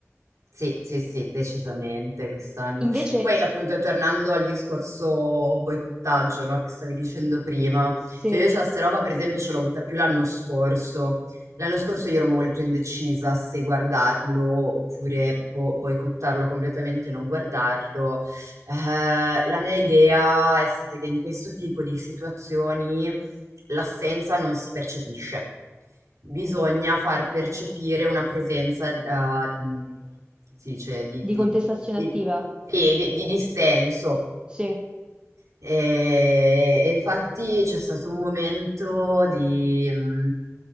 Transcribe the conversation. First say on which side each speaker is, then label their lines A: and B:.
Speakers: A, on the right; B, on the right.
A: Sì, sì, sì, decisamente quest'anno.
B: Invece
A: Poi appunto tornando al discorso boicottaggio, no, che stavi dicendo prima,
B: se,
A: cioè io già sta roba per esempio ce l'ho avuta più l'anno scorso. L'anno scorso io ero molto indecisa se guardarlo oppure proprio boicottarlo completamente e non guardarlo. Eh, la mia idea è stata che in questo tipo di situazioni l'assenza non si percepisce bisogna far percepire una presenza, eh, mh, come si dice, di,
B: di
A: di,
B: contestazione
A: di-
B: attiva,
A: sì, di- di dissenso
B: sì,
A: e, e infatti c'è stato un momento di, mh,